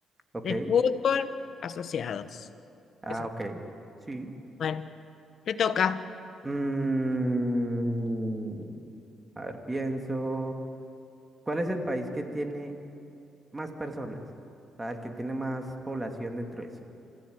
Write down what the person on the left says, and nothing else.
de Fútbol Asociados.
Eso.
Bueno, te toca.